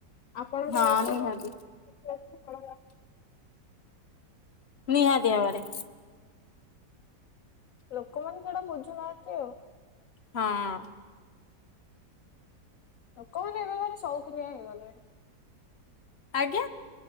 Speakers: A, on the left; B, on the left.
A: ଆପଣଙ୍କର
B: ହଁ
A: ଏପଟୁ
B: ନିହାତି
A: ଆ <unintelligible>
B: ନିହାତି ଭାବରେ।
A: ଲୋକମାନେ ସେଇଟା ବୁଝୁନାହାନ୍ତି ଆଉ।
B: ହଁ।
A: ଲୋକମାନେ ଏବେ ମାନେ ସୌକିନିଆ ହେଇଗଲେଣି।
B: ଆଜ୍ଞା?